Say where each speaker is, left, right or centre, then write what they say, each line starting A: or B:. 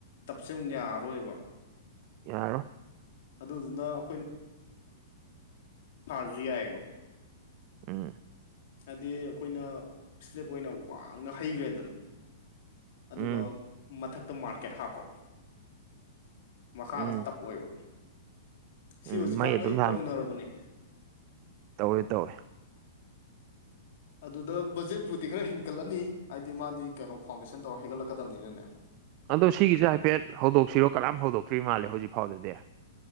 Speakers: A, on the left; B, on the right.
A: ꯇꯞꯁꯦ ꯑꯃꯨꯛ ꯌꯥꯔꯔꯣꯏꯕ
B: ꯌꯥꯔꯔꯣꯏ
A: ꯑꯗꯨꯗꯨꯅ ꯑꯩꯈꯣꯏꯅ ꯐꯥꯔꯖꯨ ꯌꯥꯌꯦꯕ
B: ꯑ
A: ꯍꯥꯏꯗꯤ ꯑꯩꯈꯣꯏꯅ ꯏꯁꯂꯦꯞ ꯑꯣꯏꯅ ꯋꯥꯡꯅ ꯍꯩꯈ꯭ꯔꯦꯗꯅ ꯑꯗꯨꯒ
B: ꯎꯝ
A: ꯃꯊꯛꯇ ꯃꯥꯔꯀꯦꯠ ꯍꯥꯞꯄ ꯃꯈꯥꯗ
B: ꯎꯝ
A: ꯇꯞ ꯑꯣꯏꯕ ꯁꯤ
B: ꯎꯝ
A: ꯍꯧꯖꯤꯛꯀꯥꯟ
B: ꯃꯩ
A: ꯅꯣꯏ
B: ꯑꯗꯨꯝ
A: ꯇꯧꯅꯔꯕꯅꯦ
B: ꯇꯧꯏ ꯇꯧꯏ
A: ꯑꯗꯨꯗ ꯕꯖꯦꯠꯄꯨꯗꯤ ꯈꯔ ꯍꯦꯟꯀꯠꯂꯅꯤ ꯍꯥꯏꯗꯤ ꯃꯥꯗꯤ ꯀꯩꯅꯣ ꯐꯥꯎꯟꯗꯦꯁꯟ ꯇꯧꯔ ꯍꯩꯒꯠꯂꯛꯀꯗꯕꯅꯤꯅꯅꯦ
B: ꯑꯗꯣ ꯁꯤꯒꯤꯁꯦ ꯍꯥꯏꯐꯦꯠ ꯍꯧꯗꯣꯛꯁꯤꯔꯣ ꯀꯔꯝ ꯍꯧꯗꯣꯛꯇ꯭ꯔꯤ ꯃꯥꯜꯂꯦ ꯍꯧꯖꯤꯛꯐꯥꯎꯗꯗꯤ